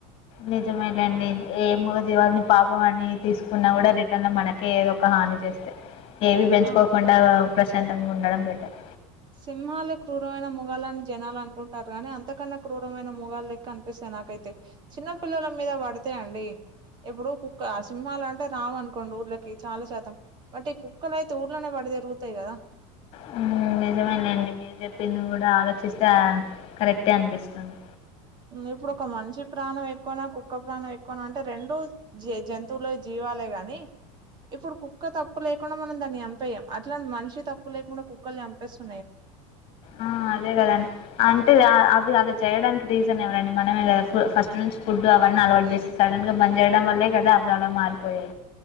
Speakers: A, on the left; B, on the right.
A: నిజమేలేండి ఏ ముగ జీవాలని పాపం అని తీసుకున్నా కూడా రిటర్న్ మన మనకే ఏదో ఒక హాని చేస్తాయి ఏవి పెంచుకోకుండా
B: ఆ
A: ప్రశాంతంగా ఉండడం బెటర్
B: సింహాలే క్రూరమైన మ్రూగలని జనాలు అనుకుంటారు గాని అంతకన్నా క్రూరమైన మ్రూగలలేక్క అనిపిస్తాయి నాకైతే చిన్న పిల్లల మీద పడితే అండి ఎప్పుడు కుక్క సింహాలంటే రావనుకోండి ఊళ్ళకి చాలా శాతం అంటే కుక్కలైతే ఊర్లనే బడి తిరుగుతాయి గదా
A: హ్మ్మ్ నిజమేలేండి మీరు చెప్పింది కూడా ఆలోచిస్తే కరెక్టే అనిపిస్తుంది
B: ఇప్పుడు ఒక మనిషి ప్రాణం ఎక్కువనా కుక్క ప్రాణం ఎక్కువనా అంటే రెండూ జే జంతువుల్లో జీవాలే గాని ఇప్పుడు కుక్క తప్పు లేకుండా మనం దాన్ని చంపెయ్యం అట్లానే మనిషి తప్పు లేకుండా కు కుక్కల్ని చంపేస్తున్
A: ఆ అదే కదండి అంటే అవి అలా చేయడానికి రీజన్ ఎవరండి మనమే కదా కు ఫస్ట్ నుంచి ఫుడ్ అవన్నీ అలవాటు చేస్త సడన్ గా బంద్ చేయడం వల్లే కదా అవలా మారిపోయాయి